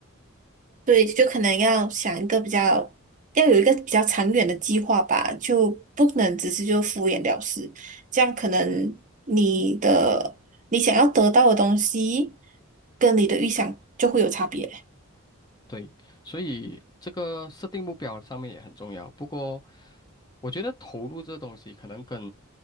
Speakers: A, on the right; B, on the left.
A: 对，就可能要想一个比较，要有一个比较长远的计划吧，就不能只是就敷衍了事。这样可能你的你想要得到的东西，
B: 对。
A: 跟你的预想就会有差别。
B: 对，所以这个设定目标上面也很重要。不过，我觉得投入这东西可能跟